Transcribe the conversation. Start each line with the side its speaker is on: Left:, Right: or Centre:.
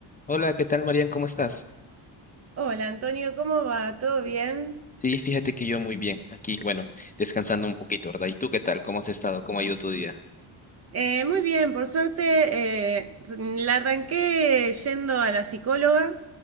Left: Hola, ¿qué tal, Marian? ¿Cómo estás?
Right: Hola Antonio, ¿cómo va? ¿Todo bien?
Left: Sí, fíjate que yo muy bien, aquí, bueno, descansando un poquito, ¿verdad? ¿Y tú qué tal? ¿Cómo has estado? ¿Cómo ha ido tu día?
Right: Eh, muy bien, por suerte eh, la arranqué yendo a la psicóloga.